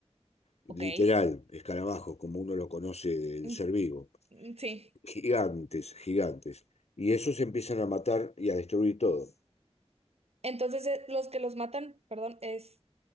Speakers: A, on the left; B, on the right.
A: literal,
B: ok.
A: escarabajos, como uno lo conoce del
B: mm,
A: ser vivo,
B: mm, Sí.
A: gigantes, gigantes. Y esos empiezan a matar y a destruir todo.
B: Entonces, eh, los que los matan, perdón, es